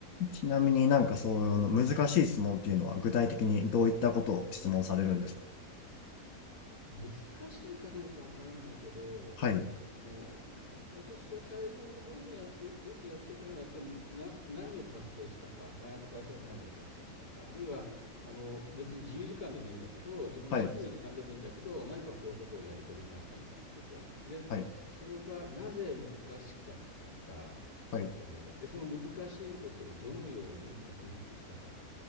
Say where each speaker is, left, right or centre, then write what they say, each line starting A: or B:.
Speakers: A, on the left; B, on the left.
A: ちなみになんかそういうの難しい質問っていうのは具体的にどういったことを質問されるんですか
B: 難しいかどうかわからないけど、
A: はい、
B: あの、わ私は最後の方にあよ、よくやってたのは、やっぱりむな、何を達成したか、前の会社で何を達成したか、あるいは、あの、別に自由時間でもいいんだけど、自分の趣味の時間でもいいんだけど、
A: はい、
B: 何かこういうことをやり遂げましたみたいなこと。で、
A: はい、
B: それがなぜ難しかったか、
A: はい、
B: えーで、その難しいことをどのように克服したか。